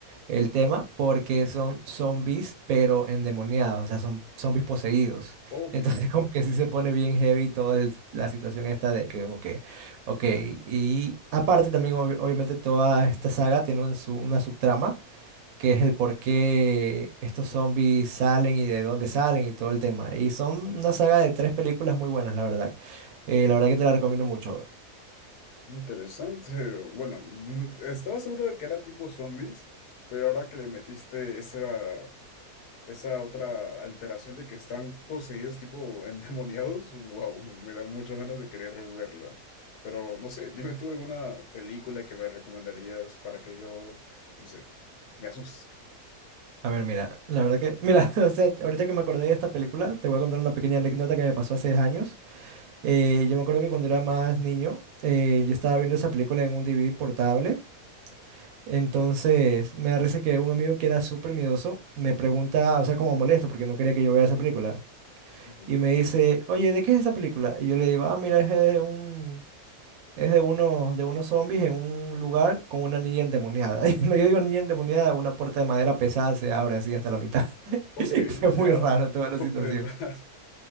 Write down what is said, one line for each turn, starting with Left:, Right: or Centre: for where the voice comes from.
Right: el tema porque son zombies pero endemoniados, o sea, son zombies poseídos.
Left: Ok,
Right: Entonces como que sí se pone bien heavy toda el- la situación esta de que como que, ok, y aparte también obvi- obviamente toda esta saga tiene un su- una subtrama que es el por qué estos zombies salen y de dónde salen y todo el tema. Y son una saga de tres películas muy buenas, la verdad. Eh, la verdad que te la recomiendo mucho.
Left: interesante. Bueno, mm, estaba seguro de que era tipo zombies, pero ahora que le metiste esa Esa otra alteración de que están poseídos tipo <laughs> endemoniados, wow, me da muchas ganas de querer verla. Pero no sé, dime tú alguna película que me recomendarías para que yo, no sé, me asuste.
Right: A ver, mira, la verdad que, mira, <laughs> o sea, ahorita que me acordé de esta película, te voy a contar una pequeña anécdota que me pasó hace años. Eh, yo me acuerdo que cuando era más niño, eh, yo estaba viendo esa película en un DVD portable. Entonces, me da risa que un amigo que era súper miedoso me pregunta, o sea, como molesto, porque no quería que yo vea esa película.
Left: Ujú.
Right: Y me dice, oye, ¿de qué es esa película? Y yo le digo, ah, mira, es de un, es de unos, de unos zombies en un lugar con una niña endemoniada. <laughs> Y cuando yo digo niña endemoniada, una puerta de madera pesada se abre así hasta la mitad. <laughs>
Left: Ok,
Right: Fue muy
Left: ya
Right: raro toda
Left: comprendo.
Right: la situación.
Left: <laughs>